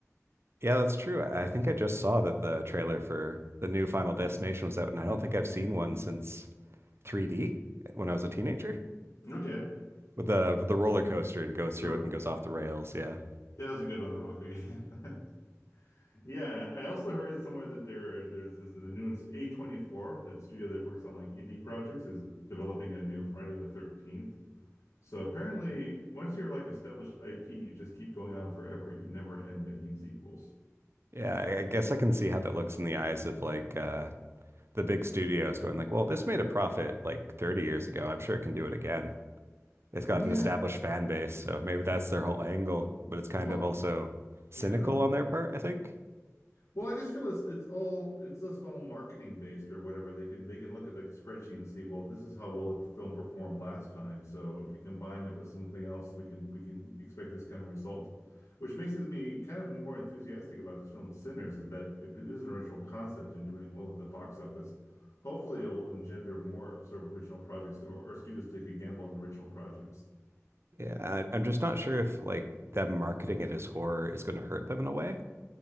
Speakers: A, on the right (about 50°); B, on the left (about 65°).
A: Yeah, that's true. I I think I just saw that the trailer for the new Final Destination was out, and I don't
B: Hmm.
A: think I've seen one since 3D when I was a teenager
B: Okay.
A: with the the roller coaster and it goes through
B: There,
A: it and goes off the rails. Yeah.
B: that was a good one, the roller coaster. <laughs> Yeah, I also heard somewhere that there there's this, the new A24, that studio that works on like indie projects, is developing a new Friday the 13th. So apparently, once you're like established IP, you just keep going on forever. You never end making sequels.
A: Yeah, I I guess I can see how that looks in the eyes of like uh the big studios going like, well, this made a profit like 30 years ago. I'm sure it can do it again. It's got
B: Yeah.
A: an established fan base, so maybe that's their whole angle, but it's kind
B: Well,
A: of also cynical
B: yeah.
A: on their part, I think.
B: Well, I just feel it's it's all it's just all marketing based or whatever. They can they can look at like a spreadsheet and see, well, this is how well the film performed last time. So if we combine it with something else, we can we can expect this kind of result, which makes it me kind of more enthusiastic about this film Sinners is that if it is an original concept and doing well at the box office, hopefully it will engender more sort of original projects or, or studios take a gamble on original projects.
A: Yeah, I, I'm just not sure if like them marketing it as horror is going to hurt them in a way